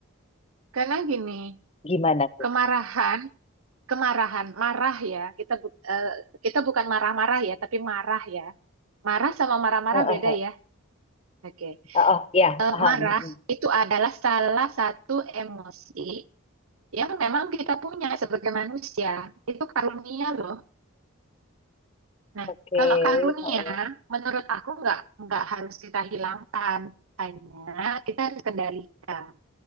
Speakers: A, on the right; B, on the left.
A: Karena gini,
B: Gimana tuh?
A: kemarahan, kemarahan, marah ya. Kita bu- eh, kita bukan marah-marah ya, tapi marah ya. Marah sama marah-marah
B: Heeh,
A: beda
B: heeh.
A: ya. Oke.
B: Oh, ya,
A: Eh,
B: paham.
A: marah
B: Mm-mm.
A: itu adalah salah satu emosi yang memang kita punya sebagai manusia itu karunia loh. Nah,
B: Oke.
A: kalau karunia
B: Heeh.
A: menurut aku nggak nggak harus kita hilangkan, hanya kita harus kendalikan.